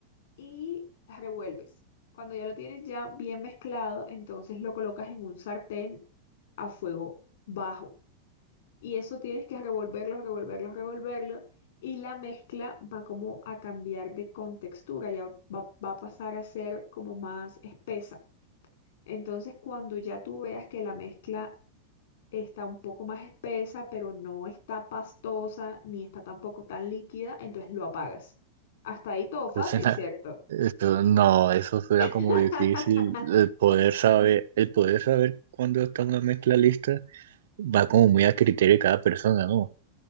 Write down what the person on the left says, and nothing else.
Y revuelves. Cuando ya lo tienes ya bien mezclado, entonces lo colocas en un sartén a fuego bajo. Y eso tienes que revolverlo, revolverlo, revolverlo. Y la mezcla va como a cambiar de contextura, ya va, va a pasar a ser como más espesa. Entonces, cuando ya tú veas que la mezcla está un poco más espesa, pero no está pastosa ni está tampoco tan líquida, entonces lo apagas. Hasta ahí todo fácil,
¿cierto?
<laughs>